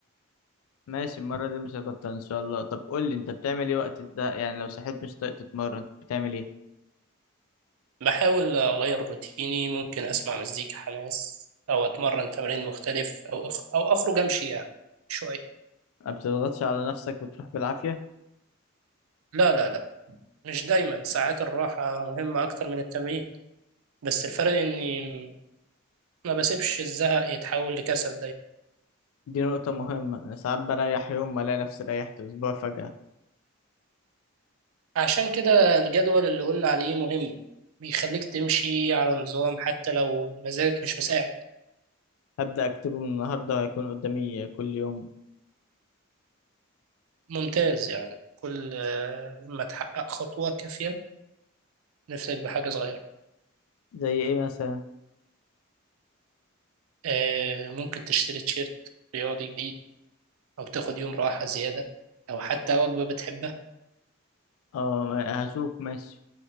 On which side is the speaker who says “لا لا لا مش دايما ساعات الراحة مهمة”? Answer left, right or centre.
Right